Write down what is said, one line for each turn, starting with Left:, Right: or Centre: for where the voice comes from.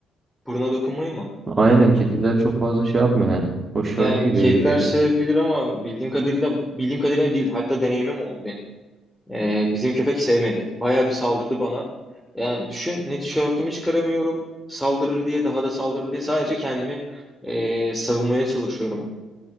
Centre: burnuna dokunmayı mı?
Right: Aynen kediler çok fazla şey yapmıyor ya. Hoşlarına
Centre: Yani
Right: gidiyor
Centre: kediler
Right: gibi yani.
Centre: sevebilir ama bildiğim kadarıyla bildiğim kadarıyla değil. Hatta deneyimim oldu benim. Ee, bizim köpek sevmedi. Bayağı bir saldırdı bana. Yani düşün ne tişörtümü çıkaramıyorum. Saldırır diye daha da saldırır diye sadece kendimi ee, savunmaya çalışıyorum